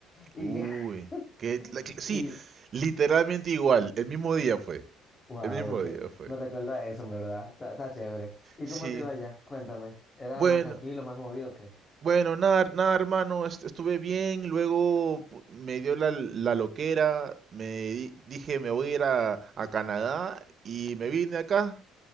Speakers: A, on the left (about 30°); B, on the right (about 45°).
A: Y
B: Uy,
A: ya. <laughs>
B: qué, la- sí,
A: Y,
B: literalmente igual, el mismo día fue,
A: wow,
B: el mismo
A: que
B: día fue.
A: me recuerda a eso, en verdad. Está está chévere. ¿Y
B: Sí.
A: cómo te iba allá? Cuéntame. ¿Era
B: Bueno,
A: más tranquilo, más movido que?
B: bueno, nada, nada, hermano, est- estuve bien, luego pu- me dio la, la loquera, me di- dije me voy a ir a, a Canadá y me vine acá.